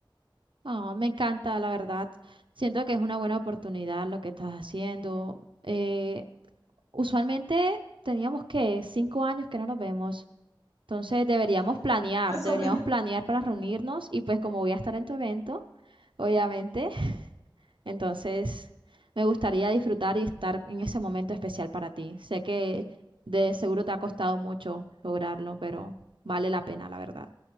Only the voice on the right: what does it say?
Ah, me encanta, la verdad. Siento que es una buena oportunidad lo que estás haciendo. Eh, usualmente teníamos que cinco años que no nos vemos. Entonces deberíamos planear,
deberíamos
planear para reunirnos y pues como voy a estar en tu evento, obviamente, <laughs> entonces me gustaría disfrutar y estar en ese momento especial para ti. Sé que de seguro te ha costado mucho lograrlo, pero vale la pena, la verdad.